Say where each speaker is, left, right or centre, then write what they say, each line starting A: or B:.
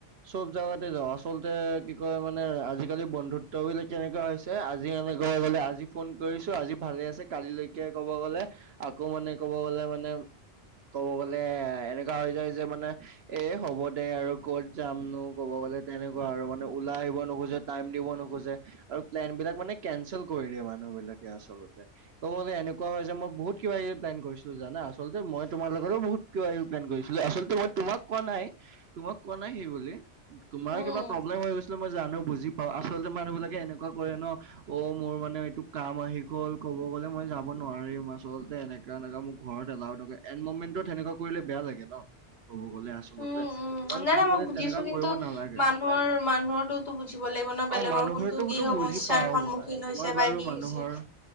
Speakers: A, on the right; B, on the left.
A: চব জাগাতে যাওঁ, আচলতে কি কয় মানে আজিকালি বন্ধুত্ব বিলাক কেনেকুৱা হৈ আজি এনে ক'ব গ'লে আজি ফোন কৰিছোঁ আজি ভালে আছে কালিলৈকে ক'ব গ'লে, আকৌ মানে ক'ব গলে মানে কব গলে এনেকুৱা হৈ যায় যে মানে, এ হ'ব দে আৰু ক'ত যামনো ক'ব গ'লে তেনেকুৱা আৰু মানে ওলাই আহিব নোখোজে, টাইম দিব নোখোজে আৰু প্লেন বিলাক মানে কেনচেল কৰি দিয়ে মানুহ বিলাকে আচলতে। ক'ব গ'লে এনেকুৱা হয় যে মই বহুত কিবা কিবি প্লেন কৰিছিলো জানা আচলতে মই, তোমাৰ লগতো বহুত কিবাকিবি প্লেন কৰিছিলো, আচলতেই তোমাক কোৱা নাই, তোমাক কোৱা নাই সেইবুলি। তোমাৰ
B: উম
A: কিবা প্ৰব্লেম হৈ গৈছিলে মই জানো বুজি পাও, আচলতে মানুহ বিলাকে এনেকুৱা কৰে ন অ মোৰ মানে এইটো কাম আহি গ'ল, কব গ'লে মই যাব নোৱাৰিম আচলতে এনেক। কা এনে কাম মোক ঘৰত এলাও নকৰে এনমেনটো তেনেকুৱা কৰিলে বেয়া লাগে ন, ক'ব গ'লে আ- আচলতে।
B: উম উম
A: কাৰণ
B: নাই
A: কব
B: নাই মই
A: গলে,
B: বুজিছো
A: তেনেকা
B: কিন্তু
A: কৰিব নালাগে।
B: মানুহৰ মানুহৰটোতো বুজিব লাগিব ন বেলেগৰ
A: অ' মানুহৰটোতো
B: কোনটো কি সমস্যাৰ
A: বুজি পাওঁ
B: সন্মুখীন
A: মই।
B: হৈছে
A: মই
B: বা
A: বাৰু
B: কি
A: মানুহৰ
B: হৈছে